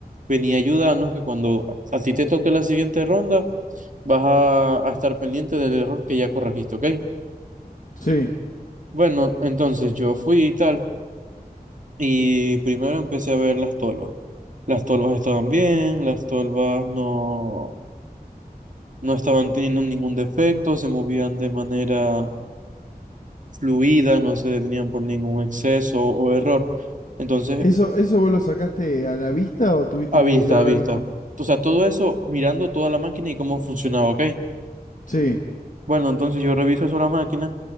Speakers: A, on the right; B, on the left.
A: vení a ayudarnos, que cuando a ti te toque la siguiente ronda, vas a, a estar pendiente del error que ya corregiste, ¿ok?
B: sí.
A: Bueno, entonces yo fui y tal, y primero empecé a ver las tolvas. Las tolvas estaban bien, las tolvas no, no estaban teniendo ningún defecto, se movían de manera fluida, no se detenían por ningún exceso o error. Entonces,
B: ¿Eso, ¿Eso vos lo sacaste a la vista o tuviste
A: a vista,
B: que mirar
A: a vista.
B: algo?
A: O sea, todo eso mirando toda la máquina y cómo funcionaba, ¿ok?
B: Sí,
A: Bueno, entonces yo reviso eso la máquina